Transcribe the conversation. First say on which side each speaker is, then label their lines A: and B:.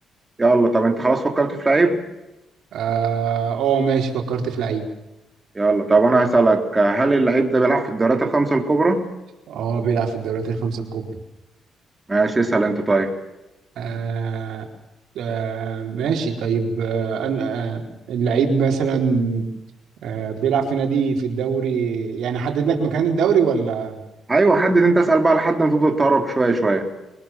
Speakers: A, on the right (about 20°); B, on the right (about 75°).
A: يلا طب انت خلاص فكرت في لعيب
B: اه آه، ماشي فكرت في لعيب
A: يلا طب انا هسألك هل اللعيب ده بيلعب في الدوريات الخمسة الكبرى؟
B: اه بيلعب في الدوريات الخمسه الكبرى
A: ماشي اسأل انت طيب
B: آه آه ماشي طيب آه أنا آه اللعيب مثلا آه، بيلعب في نادي في الدوري يعني حدد لك مكان الدوري ولا
A: ايوه حدد انت اسأل بقى لحد ما تفضل تقرب شوية شوية